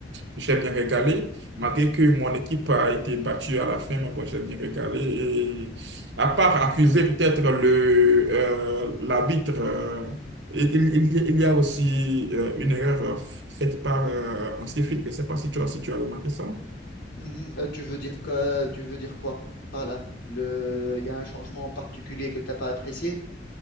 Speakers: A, on the right; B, on the left.
A: j'ai bien régalé. Malgré que mon équipe a été battue à la fin, mais bon, j'ai bien régalé. Et à part accuser peut-être le euh, l'arbitre, euh, il, il- il y a il y a aussi euh, une erreur euh, faite par euh, un civil. Je ne sais pas si tu as, si tu as remarqué ça.
B: Mhm. Euh, tu veux dire que, tu veux dire quoi par là? Le, il y a un changement en particulier que t'as pas apprécié?